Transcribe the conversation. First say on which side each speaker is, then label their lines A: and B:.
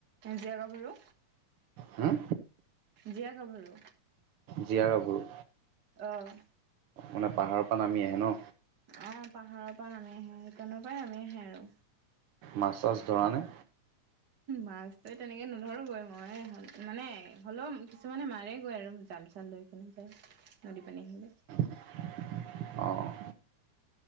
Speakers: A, on the right; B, on the right.
A: জীয়া গাভৰু
B: হুম?
A: জীয়া গাভৰু।
B: জীয়া গাভৰু
A: অ',
B: মানে পাহাৰৰ পৰা নামি আহে ন।
A: আঁ পাহাৰৰ পৰা নামি আহে সেইকাৰণৰ পৰাই নামি আহে আৰু।
B: মাছ চাছ ধৰা নে?
A: মাছ যে তেনেকে নধৰোগৈ মই মানে হলেও কিছুমানে মাৰে গৈ আৰু যা- জাল চাল লৈ কেনে যায় নদী পানী আহিলে।
B: <unintelligible> অ'